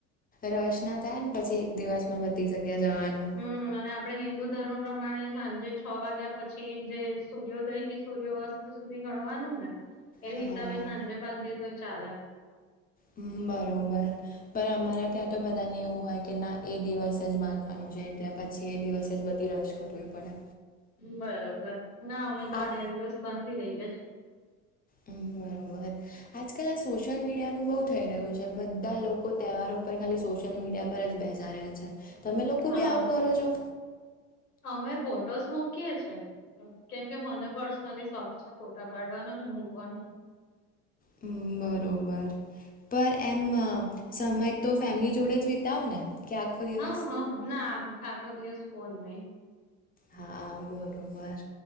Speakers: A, on the left; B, on the left.
A: રસ ના થાય ને પછી એક દિવસ માં બધી જગ્યા જવાનું
B: હમ અને આપણે હિન્દુ ધર્મ પ્રમાણે સાંજે છ વાગ્યા પછી જે સૂર્યોયોદય થી સૂર્યોસ્ત સુધી ગણવાનું ને એ
A: હા.
B: હિસાબે સાંજે બાંધીએ તો એ ચાલે.
A: હમ્મ બરોબર પણ અમારા ત્યાં તો બધાને એવું હોય કે ના એ દિવસે જ બાંધવાનું છે એટલે પછી એ દિવસે જ બધી રસ કરવી પડે.
B: બરોબર ના અમે તો
A: આ
B: આગલા દિવસ બાંધી દઈએ જ
A: હમ્મ બરોબર આજ કલ આ સોશિયલ મીડિયાનું બહુ થઈ રહ્યું છે બધ્ધા લોકો તહેવારો ખાલી સોશિયલ મીડિયા પર જ બેસા રહે છે તમે લોકો
B: હા
A: ભી આવું કરો છો?
B: અમે ફોટોઝ મૂકીએ છે. કેમ કે મને પર્સનલી શોખ છે ફોટા પાડવાનો ને મૂકવાનો.
A: હમ્મ બરોબર પર એમ સમય તો ફેમિલી જોડે જ વિતાવ ને કે આખો દિવસ
B: હા હ હા ના આખ-આખો દિવસ કોન નહી.
A: હા બરોબર